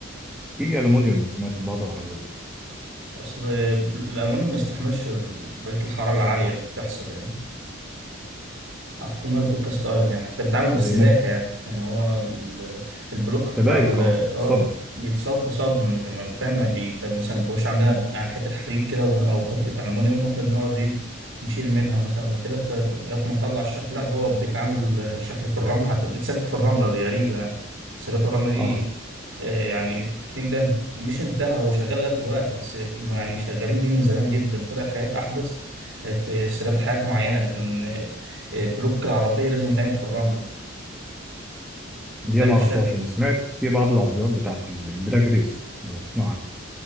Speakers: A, in the centre; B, on the right.
A: في الومنيوم سمعت بعض العربيات
B: اصل الالومنيوم ما يستحملش درجه الحراره العاليه اللي بتحصل يعني اعتقد انه بيكون كاس عالم يعني حتى بيتعامل بالسباكه
A: اللي هي ممكن
B: يعني يعني هو بال- البلوك
A: سبائك
B: بتاع ال-
A: اه
B: اه
A: الصب
B: بيتصب صب ما- فاهم ما بيت- مثلا ما بيبقاش عندنا يعني حته حديد كده او أو حته المونيوم واحنا بنقعد ايه نشيل منها مثلا وكده ف- لغايه ما نطلع الشكل لا ده هو بيتعامل الشكل في الرمله حتى بيتسابك في الرمله دي غريبه يعني سباكه الرمله دي
A: اه
B: آه، يعني التكنيك ده مش انتهى هو شغال لغايه دلوقتي بس إنه يعني شغالين بيه من زمان جدا طلعت حاجات احدث في السباكه حاجات معينه لكن البلوك العربية لازم يتعمل في الرملة بيتعمل
A: دي ما اعرفهاش
B: في شكل
A: انا سمعت في بعض العربيات بتاعت ال- الدراج ريس لو تسمع عنها